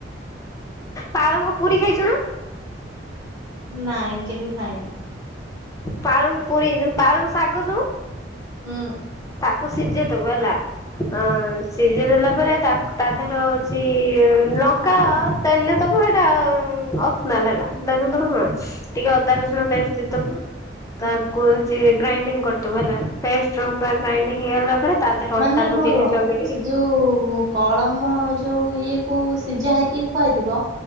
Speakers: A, on the left; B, on the right.
A: ପାଳଙ୍ଗ ପୁରୀ ଖାଇଛୁନା?
B: ନାଇଁ କେବେ ଖାଇନି।
A: ପାଳଙ୍ଗ ପୁରୀ ପାଳଙ୍ଗ ଶାଗ ଯୋ
B: ହୁଁ।
A: ତାକୁ ସିଝେଇଦବୁ ହେଲା
B: ହୁଁ
A: ଅ-ଅ-ଅ-ଅ ସି ଜେଇ ଦେଲା ପରେ ତା କ ଦେହର ହଉଛି-ଇ-ଇ-ଇ ଲଙ୍କା ତେନେ ଦବୁ ଏଇଟା-ଅ-ଅ-ଅ ଅପସନାଲ୍ ହେଲା। <unintelligible>
B: ହୁଁ
A: ଟିକେ ଅଦା ରସୁଣ ପେଷ୍ଟ ଦେଇ ଦବୁ
B: ହୁଁ
A: ତାକୁ ହଉଛି ଗ୍ରାଇଣ୍ଡିଙ୍ଗ କରିଦେବୁ ହେଲା ପେଷ୍ଟରୁ ପୁରା ଗ୍ରାଇଣ୍ଡିଙ୍ଗ ହେଇଗଲା ପରେ ତା ଦେହରେ ଅଟା
B: ମାନେ
A: ପକେଇକି
B: ରୁଅ ରୁଅ
A: ଚକଟିକି
B: ସେ ଯୋଉ-ଉ-ଉ କଳମ ଯୋଉ ଇଏ କୁ କୁ ସିଜା ହେଇକି ଥୁଆ ହେଇଥିବ